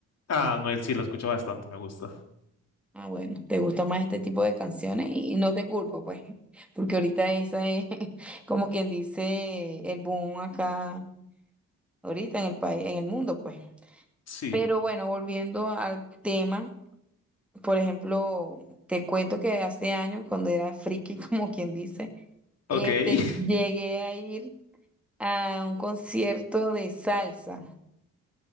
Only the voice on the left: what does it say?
Ah, Noel, sí, lo escucho bastante, me gusta.
Sí,
ok.
<laughs>